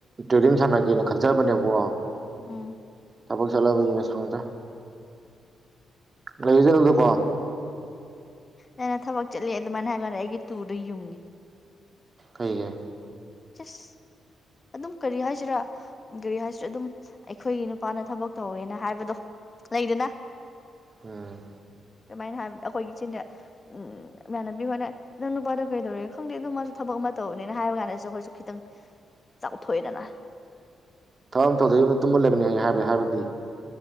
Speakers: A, on the right; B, on the left.
A: ꯇ꯭ꯔꯦꯗꯤꯡ ꯁꯥꯟꯅꯒꯦꯅ ꯈꯟꯖꯕꯅꯦꯕꯣ
B: ꯑ
A: ꯊꯕꯛ ꯆꯠꯂꯕꯅꯤꯅ ꯁꯪꯗ꯭ꯔ ꯔꯍꯤꯗꯅꯗꯨꯀꯣ
B: ꯑꯩꯅ ꯊꯕꯛ ꯆꯠꯂꯤꯦ ꯑꯗꯨꯃꯥꯏꯅ ꯍꯥꯏꯔꯀꯥꯟꯗ ꯑꯩꯒꯤ ꯇꯨꯔꯗ ꯌꯨꯡꯉꯦ
A: ꯀꯩꯒ
B: ꯆꯁ ꯑꯗꯨꯝ ꯀꯔꯤ ꯍꯥꯏꯁꯤꯔꯥ ꯀꯔꯤ ꯍꯥꯏꯁꯤꯔꯥ ꯑꯗꯨꯝ ꯑꯩꯈꯣꯏꯒꯤ ꯅꯨꯄꯥꯅ ꯊꯕꯛ ꯇꯧꯋꯦꯅ ꯍꯥꯏꯕꯗꯣ ꯂꯩꯗꯅ
A: ꯎꯝ
B: ꯀꯃꯥꯏꯅ ꯍꯥꯏ ꯑꯩꯈꯣꯏꯒꯤꯆꯤꯟꯗ ꯎ ꯏꯃꯥꯟꯅꯕꯤ ꯑꯩꯣꯏꯅ ꯅꯪ ꯅꯨꯄꯥꯗꯣ ꯀꯩꯗꯧꯔꯤ ꯈꯪꯗꯦ ꯑꯗꯨ ꯃꯥꯁꯨ ꯊꯕꯛ ꯑꯃ ꯇꯧꯕꯅꯤꯅ ꯍꯥꯏꯕ ꯀꯥꯟꯗꯁꯨ ꯑꯩꯈꯣꯏꯁꯨ ꯈꯤꯇꯪ ꯆꯥꯎꯊꯣꯛꯑꯦꯗꯅ
A: ꯊꯕꯛ ꯑꯃꯗ ꯌꯨꯝꯗ ꯇꯨꯝꯃꯜꯂꯕꯅꯤ ꯍꯥꯏ ꯍꯥꯏꯕ ꯍꯥꯏꯕꯗꯤ